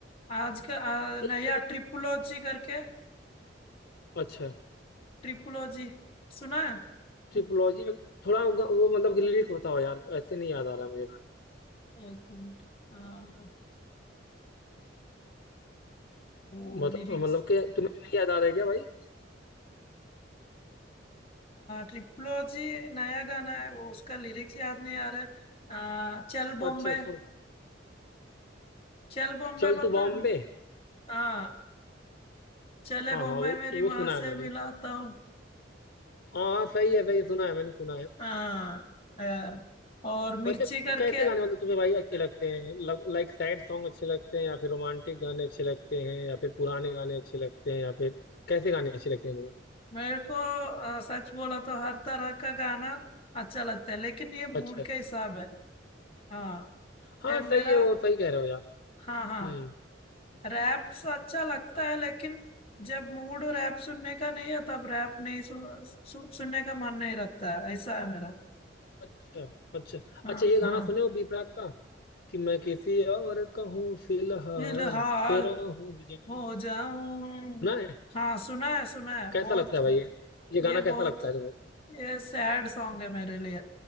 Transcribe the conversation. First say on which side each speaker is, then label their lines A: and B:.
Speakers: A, on the left; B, on the left.
A: आज का आ, नया
B: एक
A: ट्रिपुलोजी करके
B: अच्छा
A: ट्रिपुलोजी सुना है
B: ट्रिपोलॉजी में थोड़ा वो वो मतलब कि लिरिक्स बताओ यार ऐसे नहीं याद आ रहा है मुझे गाना
A: एक मिनट हाँ, वो
B: मत,
A: लिरिक्स
B: मतलब कि तुम्हें भी नहीं याद आ रहा है क्या भाई
A: ट्रिपुलोजी नया गाना है वो उसका लिरिक्स याद नहीं आ रहा है आ, चल बॉम्बे
B: अच्छा छोड़ो
A: चल बॉम्बे
B: चल
A: पता
B: तू बॉम्बे
A: है हाँ चले
B: हाँ
A: बॉम्बे
B: हाँ वो
A: मेरी
B: वो सुना
A: माँ
B: है
A: से
B: मैंने
A: मिलाता हूँ
B: हाँ सही है सही है, सुना है मैंने सुना
A: हाँ
B: है
A: हाँ। और मिर्ची
B: वैसे
A: करके
B: कैसे गाने मतलब तुम्हें भाई अच्छे लगते हैं लाइक सैड सॉन्ग अच्छे लगते हैं या फिर रोमांटिक गाने अच्छे लगते हैं या फिर पुराने गाने अच्छे लगते हैं या फिर कैसे गाने अच्छे लगते हैं तुम्हें
A: मेरे को आ, सच बोला तो हर तरह का गाना अच्छा लगता है लेकिन ये मूड
B: अच्छा
A: के हिसाब है हाँ
B: हाँ
A: ये मेरा
B: सही है वो सही कह रहे हो यार
A: हाँ हाँ
B: हम्म
A: रैप अच्छा लगता
B: अ-
A: है लेकिन जब मूड रैप सुनने का नहीं है तब रैप नहीं सु, सु, सुनने का मन नहीं रहता है ऐसा है मेरा
B: अच्छा अच्छा
A: हाँ
B: अच्छा ये गाना
A: हाँ
B: सुने हो बी प्राक का कि मैं किसी और कहूँ फिलहाल
A: फिलहाल
B: तेरा हो जाऊं
A: हो जाऊं
B: सुना है?
A: हाँ सुना है सुना है
B: कैसा
A: बहुत
B: लगता है भाई ये ये
A: ये
B: गाना
A: बहुत
B: कैसा लगता है तुम्हें
A: ये सैड सॉन्ग है मेरे लिए